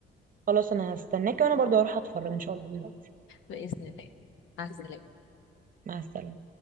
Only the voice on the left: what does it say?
باذن الله مع السلامه